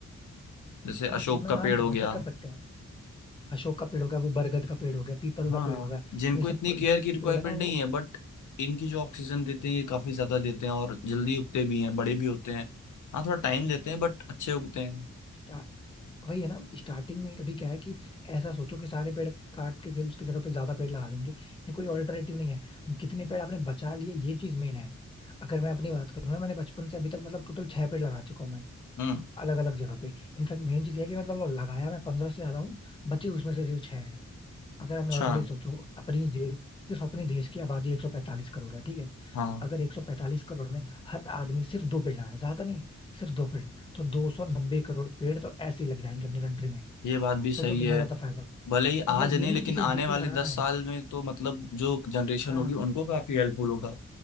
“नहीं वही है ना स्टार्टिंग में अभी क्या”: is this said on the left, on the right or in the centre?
Left